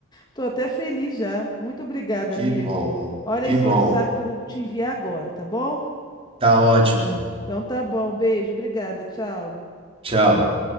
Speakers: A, on the left; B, on the right.
A: tô até feliz já. Muito obrigada,
B: que
A: amigo.
B: bom,
A: Olha
B: que
A: aí seu
B: bom.
A: WhatsApp que eu vou te enviar agora, tá bom?
B: Tá ótimo.
A: Então tá bom, beijo, obrigada, tchau.
B: Tchau.